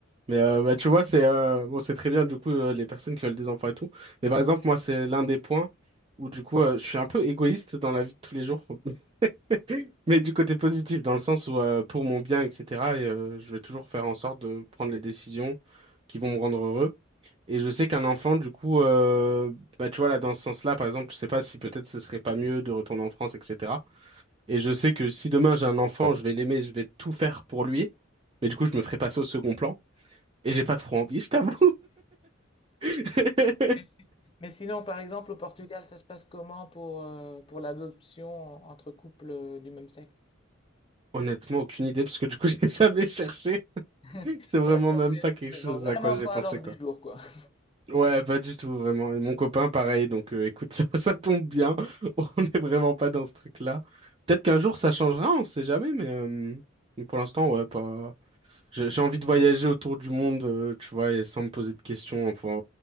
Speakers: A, on the right; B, on the left.
A: Mais euh, bah, tu vois, c'est euh, bon, c'est très bien du coup euh, les personnes qui veulent des enfants et tout. Mais par exemple, moi, c'est l'un des points où du coup, euh, je suis un peu égoïste dans la vie de tous les jours, <laughs> mais du côté positif, dans le sens où euh, pour mon bien, etc. Et euh, je vais toujours faire en sorte de prendre les décisions qui vont me rendre heureux. Et je sais qu'un enfant, du coup, euh, bah, tu vois, là, dans ce sens-là, par exemple, je sais pas si peut-être ce serait pas mieux de retourner en France, etc. Et je sais que si demain j'ai un enfant, je vais l'aimer, je vais tout faire pour lui. Mais du coup, je me ferai passer au second plan. Et j'ai pas trop envie, je t'avoue. <laughs>
B: Mais, si- mais sinon, par exemple, au Portugal, ça se passe comment pour, euh, pour l'adoption entre couples euh, du même sexe?
A: Honnêtement, aucune idée, parce que du coup, <laughs> j'ai jamais cherché.
B: <laughs>
A: C'est vraiment
B: Ouais, donc
A: même
B: c'est
A: pas quelque
B: c'est
A: chose
B: vraiment
A: à quoi j'ai
B: pas
A: pensé,
B: à l'ordre
A: quoi.
B: du jour, quoi. <laughs>
A: Ouais, pas du tout, vraiment. Et mon copain, pareil. Donc, euh, écoute, <laughs> ça, ça tombe bien. <laughs> On n'est vraiment pas dans ce truc-là. Peut-être qu'un jour, ça changera, on sait jamais, mais euh, mais pour l'instant, ouais, pas. J'ai j'ai envie de voyager autour du monde, euh, tu vois, et sans me poser de questions, enfin,